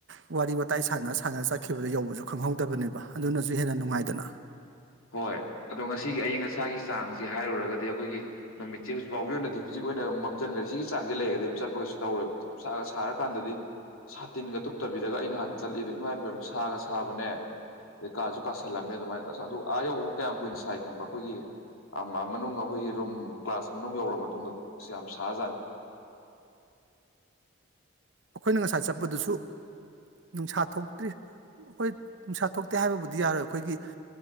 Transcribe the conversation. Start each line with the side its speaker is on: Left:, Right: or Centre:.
Right: ꯋꯥꯔꯤ ꯋꯥꯇꯥꯏ ꯁꯥꯟꯅ ꯁꯥꯟꯅ ꯆꯠꯈꯤꯕꯗ ꯌꯧꯕꯁꯨ ꯈꯪꯍꯧꯗꯕꯅꯦꯕ ꯑꯗꯨꯅꯁꯨ ꯍꯦꯟꯅ ꯅꯨꯡꯉꯥꯏꯗꯅ
Left: ꯍꯣꯏ ꯑꯗꯣ ꯉꯁꯤꯒꯤ ꯑꯏꯪ ꯑꯁꯥꯒꯤ ꯆꯥꯡꯁꯦ ꯍꯥꯏꯔꯨꯔꯒꯗꯤ ꯑꯩꯈꯣꯏꯒꯤ ꯅꯨꯃꯤꯠꯁꯦ ꯍꯧꯖꯤꯛ ꯐꯥꯎꯒꯤ ꯑꯣꯏꯅ ꯍꯧꯖꯤꯛ ꯑꯣꯏꯅ ꯃꯝꯖꯟꯈꯔ ꯁꯤꯒꯤ ꯆꯥꯡꯁꯦ ꯂꯩꯔꯒꯗꯤ ꯑꯗꯨꯝ ꯆꯠꯄꯀꯩꯁꯨ ꯇꯧꯔꯣꯢꯕ ꯑ ꯅꯨꯡꯁꯥꯒ ꯁꯥꯔꯒ ꯀꯥꯟꯗꯗꯤ ꯁꯥꯇꯤꯟꯒ ꯇꯨꯞꯇꯕꯤꯗꯒ ꯑꯩ ꯅꯍꯥꯟ ꯆꯠꯂꯤꯗꯣ ꯏꯃꯥꯢꯄꯦꯝꯃꯥ ꯁꯥꯒ ꯁꯥꯕꯅꯦ ꯑꯗꯩ ꯀꯥꯁꯨ ꯀꯥꯁꯜꯂꯝꯃꯦ ꯑꯗꯨꯃꯥꯏꯅ ꯑꯁ ꯑꯗꯨꯒ ꯑꯥ ꯌꯧꯕꯕꯨ ꯀꯌꯥꯝ ꯀꯨꯏꯅ ꯁꯥꯏ ꯈꯪꯕꯔꯥ ꯑꯩꯈꯣꯏꯒꯤ ꯃꯅꯨꯡ ꯑꯩꯈꯣꯏꯒꯤ ꯔꯨꯝ ꯀ꯭ꯂꯥꯁ ꯃꯅꯨꯡ ꯌꯧꯔꯕ ꯃꯇꯨꯡꯗ ꯌꯥꯝ ꯁꯥꯍꯖꯥꯠꯅꯤ <inaudible>
Right: ꯑꯩꯈꯣꯏꯅ ꯉꯁꯥꯏ ꯆꯠꯄꯗꯨꯁꯨ ꯅꯨꯡꯁꯥ ꯊꯣꯛꯇ꯭ꯔꯤ ꯍꯣꯏ ꯅꯨꯡꯁꯥ ꯊꯣꯛꯇꯦ ꯍꯥꯏꯕꯕꯨꯗꯤ ꯌꯥꯔꯣꯏ ꯈꯣꯏꯒꯤ